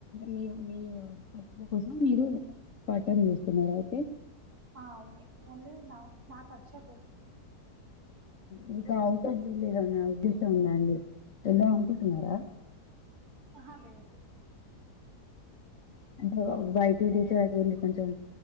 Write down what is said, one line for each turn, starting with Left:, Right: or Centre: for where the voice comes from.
Left: మీ మీవ అందుకోసం మీరు పార్ట్ టైమ్ చేస్తున్నార అయితే
Right: అవును ఓన్లీ నా నా ఖర్చు కోసం
Left: మీకు ఆవుట్ ఆఫ్ విలేజ్ అన్న ఉద్దేశం ఉందా అండి తెల్వద్ అనుకుంటున్నారా
Right: ఆహా లేదు
Left: అంటే బయటికి తీసుకురాకుండ కొంచెం